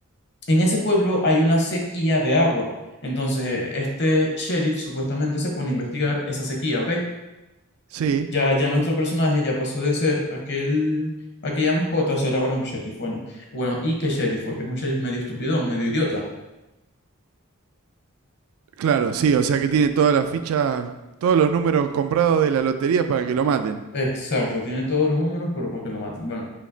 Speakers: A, on the left; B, on the right.
A: en ese pueblo hay una sequía de agua. Entonces, este sheriff supuestamente se pone a investigar esa sequía, ¿ok?
B: Sí,
A: Ya, ya nuestro personaje ya pasó de ser aquel, aquella mascota a ser ahora un sheriff. Bueno, bueno, ¿y qué sheriff? Porque es un sheriff medio estupidón, medio idiota.
B: claro, sí. O sea que tiene todas las fichas, todos los números comprados de la lotería para que lo maten.
A: Exacto, tiene todos los números, pero para que lo maten. Bueno,